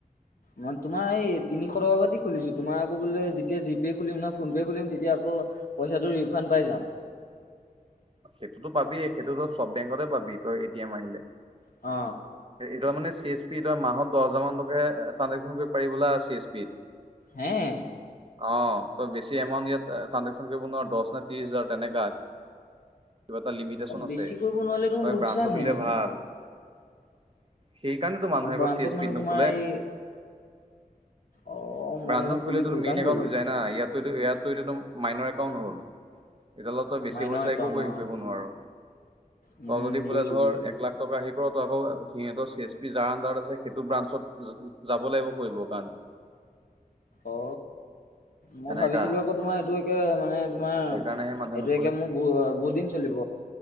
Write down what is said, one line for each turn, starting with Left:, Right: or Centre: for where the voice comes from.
Left: মই তোমাৰ এই তিনিশ টকাদি খুলিছো। তোমাৰ আকৌ বোলে যেতিয়া জি পে' খুলিম ন ফোন পে' খুলিম তেতিয়া আকৌ পইচাটো ৰিফাণ্ড পাই যাম।
Right: সেইটোতো পাবিয়েই। সেইটো তই চব বেংকতে পাবি তই এ টি এম আহিলে।
Left: অ।
Right: এতিয়া মানে চি এছ পি এতিয়া মাহত দছ হাজাৰ মান ট্ৰানঞ্জেকচন কৰিব পাৰিব লাগে চি এছ পিত
Left: হে?
Right: অ তই বেছি এমাউণ্ট ইয়াত ট্ৰানঞ্জেকশ্যন কৰিব নোৱাৰ। দছ নে ত্ৰিছ হাজাৰ তেনেকা। কিবা এটা লিমিটেচন
Left: অ
Right: আছে।
Left: বেছি কৰিব নোৱাৰিলে দেখোন
Right: তই
Left: লোকচানহে
Right: ব্ৰাঞ্চত খুলিলে
Left: দেখোন
Right: ভাল সেইকাৰণেতো মানুহে
Left: ব্ৰাঞ্চত
Right: আকৌ চি এছ
Left: মানে
Right: পিত
Left: তোমাৰ
Right: নোখোলে।
Left: এই অ', মই
Right: ‍ব্ৰাঞ্চত
Left: মানে
Right: খুলিলেটো
Left: খুলি ভুল
Right: মেইন
Left: কাম
Right: একাউণ্ট
Left: কৰিলো
Right: হৈ যায় না। ইয়াতো ইয়াতটো এইটোতো মাইনৰ একাউণ্ট হ'ল। এইডালত তই বেছি
Left: মাইনৰ
Right: পইছা
Left: একাউণ্ট
Right: একো হেৰি
Left: অ'।
Right: কৰিব নোৱাৰ।
Left: উম
Right: তই যদি বোলে
Left: বুজিছো
Right: ধৰ
Left: বুজিছো
Right: এক লাখ টকা হেৰি কৰ' তই আকৌ সিহঁতৰ চি এছ পি যাৰ আণ্ডাৰত আছে সেইটো ব্ৰাঞ্চত যাব লাগিব কৰিবৰ কাৰণে।
Left: অ, মই
Right: তেনেকা
Left: ভাবিছিলো আকৌ তোমাৰ এইটো একে মানে তোমাৰ
Right: সেইকাৰণে সেই মানুহে
Left: এইটো
Right: নুখোলে।
Left: একে মোক ব বহুত চলিব